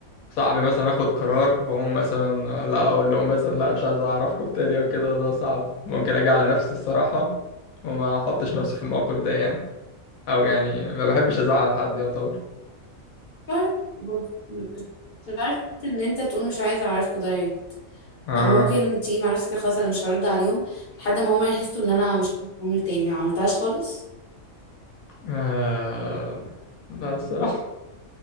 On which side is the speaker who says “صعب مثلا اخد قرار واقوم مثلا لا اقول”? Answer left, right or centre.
Left